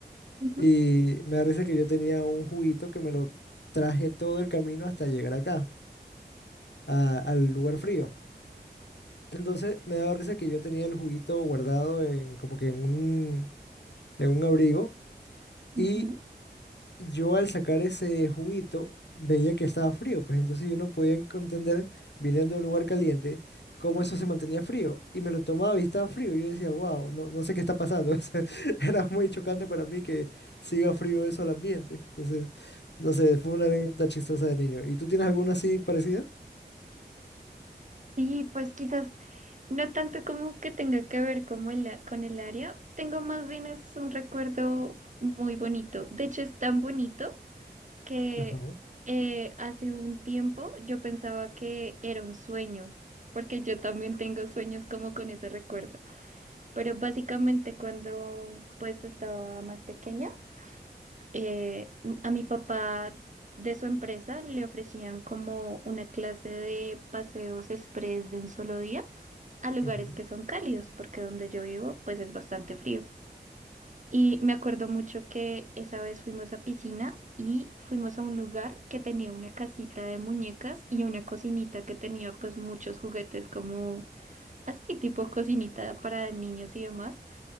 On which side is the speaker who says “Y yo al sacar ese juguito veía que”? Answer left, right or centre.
Left